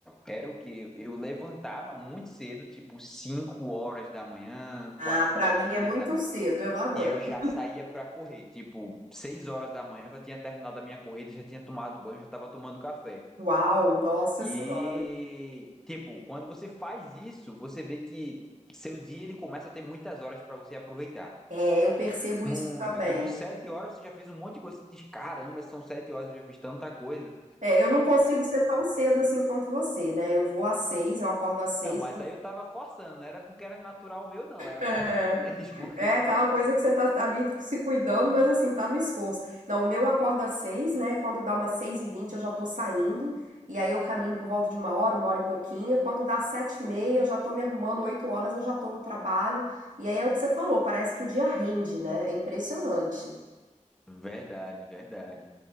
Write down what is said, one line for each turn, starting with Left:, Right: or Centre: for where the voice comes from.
Centre: Era o que eu levantava muito cedo, tipo 5 horas da manhã,
Right: Ah,
Centre: quatro
Right: pra
Centre: e quarenta
Right: mim é muito cedo, eu não aguento.
Centre: e eu já saía para correr. Tipo, 6 horas da manhã eu já tinha terminado a minha corrida, já tinha tomado banho, já estava tomando café.
Right: Uau, nossa
Centre: E,
Right: senhora.
Centre: tipo, quando você faz isso, você vê que seu dia ele começa a ter muitas horas pra você aproveitar.
Right: É, eu percebo
Centre: Muito,
Right: isso também.
Centre: tipo, sete horas você já fez um monte de coisa. Você diz, caramba, são sete horas, eu já fiz tanta coisa.
Right: É, eu não consigo ser tão cedo assim quanto você, né? Eu vou às seis, eu acordo às seis.
Centre: Não, mas aí eu tava forçando, não era porque era natural meu, não, era
Right: É,
Centre: forçando mesmo.
Right: é aquela coisa que você tá ali se cuidando, mas assim, tá no esforço. Não, o meu acorda às seis, né? Quando dá umas seis e vinte eu já tô saindo, e aí eu caminho por volta de uma hora, uma hora e pouquinho. Quando dá sete e meia eu já tô me arrumando, oito horas eu já tô no trabalho. E aí é o que você falou, parece que o dia rende, né? É impressionante.
Centre: <laughs> Verdade, verdade.